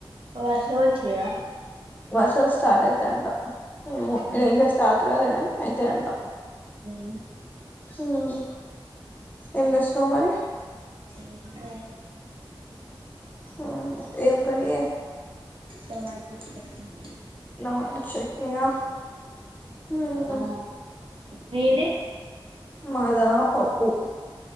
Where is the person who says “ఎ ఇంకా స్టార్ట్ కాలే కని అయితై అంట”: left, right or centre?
Left